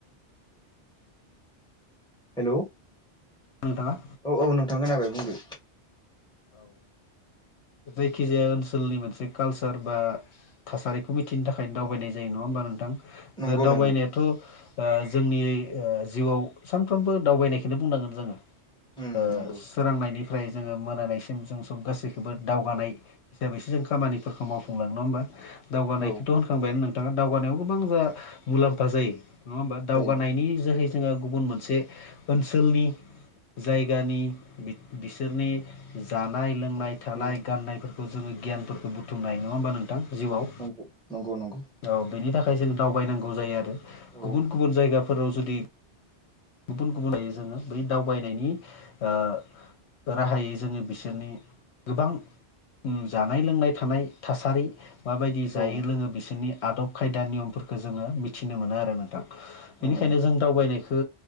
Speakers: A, in the centre; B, on the left.
A: हेल
B: नथाङा
A: औ औ नोंथां खोनाबाय बुंदो।
B: औ जायखिजाया ओनसोलनि मोनसे कालचार बा थासारिखौ मिथि खाथिनि थाखायनो दावबायनाय जायो नङा होमबा नोंथां
A: नंगौ
B: जे दावबायनायाथ।
A: नंगौ
B: जोंनि जिउआव सानफ्रोमबो दावबायनायखौनो बुंनांगोन जोङो।
A: उम
B: ओ-सोरांनायनिफ्राय
A: नंगौ
B: जोङो मोनानाय। म जों गासैखौबो दावगानाय हिसाबैसो जों खामानिफोरखौ मावफुंलांनांगोन। दावगानायखौथ
A: औ
B: होनखांबायानो नोंथाङा दावगानायाव गोबां जा मुलाम्फा जायो। नङा होमबा दावगानायनि
A: जायो
B: जोहै। जोंहा गुबुन मोनसे ओनसोलनि जायगानि बिसोरनि। जानाय लोंनाय थानाय
A: औ
B: गाननायफोरखौ जोङो गियानफोरखौ बुथुमनाय नङा होमबा नोंथां जिउआव।
A: नंगौ नंगौ नंगौ
B: औ बेनि थाखाय जों दावबायनांगौ जायो आरो
A: औ
B: गुबुन गुबुन जायगाफोराव जुदि। गुबुन गुबुन लायो जोङो बै दावबायनायनि ओ राहायै जोङो बिसोरनि गोबां। जानाय लोंनाय थानाय थासारि माबायदि जायो
A: औ
B: लोङो बिसोरनि आदब खायदा नियमफोरखौ जोङो मिथिनो मोनो आरो नोंथां। बेनिखायनो
A: औ नंगौ
B: जों दावबायनायखो